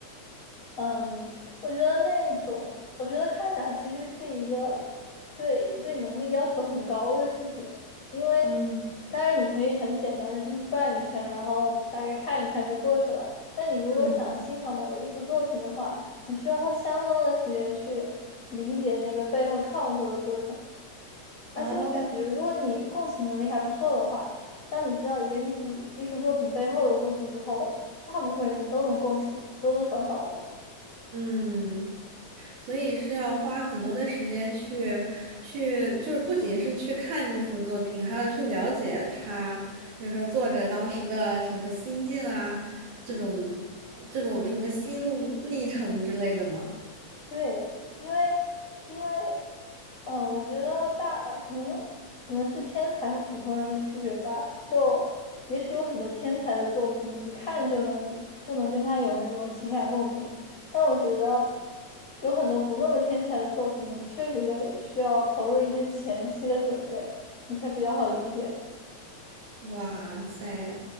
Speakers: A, on the left (about 50°); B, on the right (about 85°).
A: 嗯，我觉得那种，我觉得看展其实是一个对对能力要求很高的事情，因为
B: 嗯
A: 当然你可以很简单的进去转一圈，然后大概看一看就过去了。但你如果想欣赏某个艺术作品的话，
B: 嗯。
A: 你需要花相当的时间去理解那个背后创作的过程。而且我感觉，
B: 哦。
A: 如果你共情能力还不错的话，当你知道一个艺术艺术作品背后的故事之后，大部分人都能共情，多多少少的。
B: 嗯，所以是要花很多的时间去去，就是不仅是去看这幅作品，还要去了解他，比如说作者当时的什么心境啊，这种这种什么心路历程之类的嘛。
A: 对，因为因为，嗯、我觉得大可能可能是天才和普通人的区别吧。就也许有很多天才的作品，一看就能就能跟他有那种情感共鸣，但我觉得有很多不那么天才的作品，你确实得需要投入一些前期的准备，你才比较好理解。<laughs>
B: 哇塞，